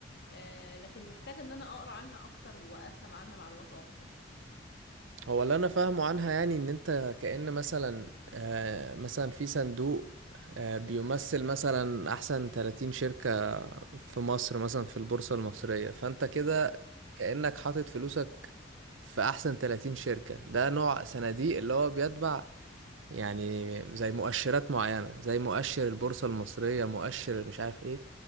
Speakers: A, on the left; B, on the right.
A: آه لكن محتاجة ان انا اقرا عنها اكتر وافهم عنها معلومات اكتر
B: هو اللي انا فاهمه عنها يعني ان انت كأن مثلا آه مثلا في صندوق آه بيمثل مثلا احسن 30 شركة في مصر مثلا في البورصة المصرية فانت كده كأنك حاطط فلوسك في احسن 30 شركة ده نوع صناديق اللي هو بيتبع يعني زي مؤشرات معينة زي مؤشر البورصة المصرية مؤشر مش عارف ايه